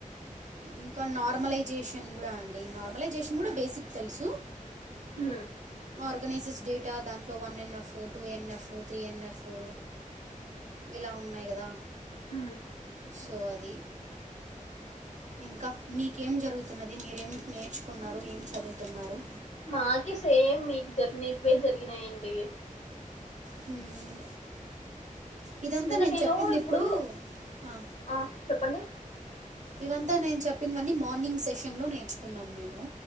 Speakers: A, on the right; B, on the left.
A: ఇంకా నార్మలైజేషన్ గుడా అండి నార్మలైజేషన్ గుడా బేసిక్ తెల్సు
B: ఉ
A: ఆర్గనైజెస్ డేటా దాంట్లో one N F two N F three N F ఇలా ఉన్నాయి గదా
B: హ్మ్
A: సో అది ఇంకా మీకేం జరుగుతున్నది మీరేం నేర్చుకున్నారు ఏం చదువుతున్నారు
B: మాకి సేమ్ మీక్ మీకు పే జరిగినాయే అండీ
A: హూమ్ ఇదంతా
B: ఇంకా
A: నేను చెప్పింది
B: ఇప్పుడు
A: ఇప్పుడూ హా
B: ఆ చెప్పండి
A: ఇవంతా నేన్ చెప్పిన్వన్నీ మార్నింగ్ సెషన్ లో నేర్చుకున్నాం మేము